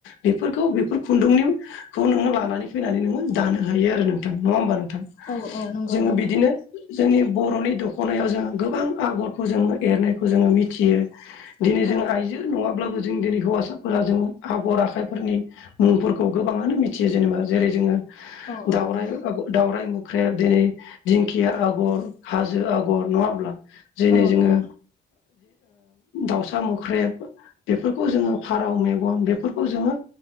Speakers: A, on the left; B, on the left.
A: बेफोरखौ बेफोर खुन्दुंनिखौ नोङो लानानै फैनानै नोङो दानो हायो आरो नोंथां नङा होमबा नोंथां
B: औ औ नंगौ
A: जोङो
B: नोंथां
A: बिदिनो जोंनि बर'नि दख'नायाव जों गोबां आगरखौ जो एरनायखौ जोङो मिथियो। दिनै जों
B: औ
A: आइजो नङाब्लाबो जों दिनै हौवासाफोरा जों आगर आखाइफोरनि मुंफोरखौ गोबाङानो मिथियो जेनेबा जेरै जोङो
B: औ औ
A: दावराइ
B: नंगौ
A: दावरराय मुख्रेब दिनै दिंखिया आगर हाजो आगर नङा होमब्ला जेरै
B: औ
A: जोङो
B: नंगौ
A: दाउसा मोख्रेब बेफोरखौ जोङो फारौ मेगन बेफोरखौ जोङो